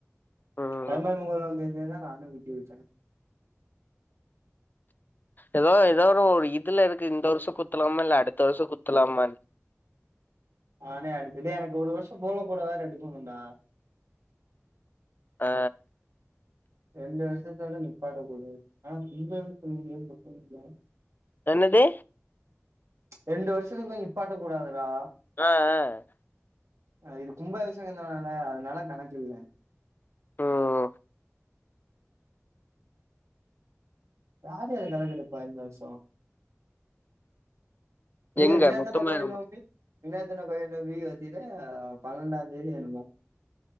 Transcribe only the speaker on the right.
கருமாரியம்மன் கோயில் நோம்பி இருந்ததுன்னா நானு விட்டு வெச்ச.
நானே அடுத்து எனக்கு ஒரு வருஷோ போட கூடா எடுக்குவன்டா
ரெண்டு வருஷத்தால நிப்பாட்ட குடு. ஆனா இ சொல் <unintelligible>
ரெண்டு வர்ஷத்துக்குள்ள நிப்பாட்ட கூடாதுடா.
அ இது கும்ப அபிசேகதான அதனால கணக்கு இல்ல
யார் யாரு கணக்கெடுப்பா இந்த வருஷ இங்க
வினத்தனா
கோயில் நோம்பி வினத்தின கோயில் நோம்பி பாத்தின்னா ஆ பன்னெண்டாந்தேதி என்னமோ.